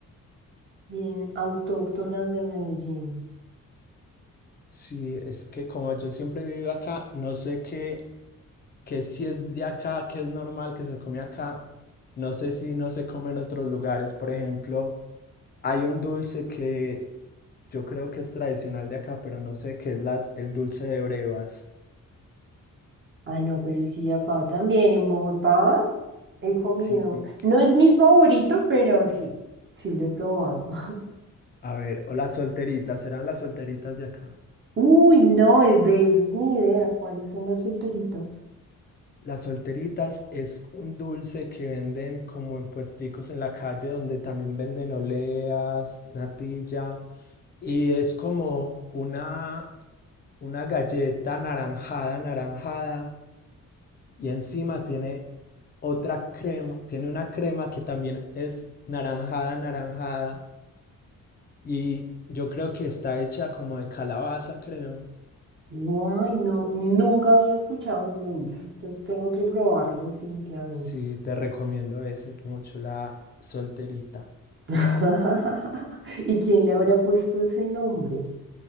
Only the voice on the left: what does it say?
sí, es que como yo siempre he vivido acá, no sé qué, qué si es de acá, qué es normal que se come acá. No sé si no se come en otros lugares. Por ejemplo, hay un dulce que yo creo que es tradicional de acá, pero no sé qué es las, el dulce de brevas.
Sí,
a ver, o las solteritas, ¿serán las solteritas de acá?
Las solteritas es un dulce que venden como en puesticos en la calle donde también venden oleas, natilla y es como una, una galleta naranjada, naranjada y encima tiene otra crema, tiene una crema que también es naranjada, naranjada y yo creo que está hecha como de calabaza, creo.
Sí, te recomiendo ese, mucho la solterita.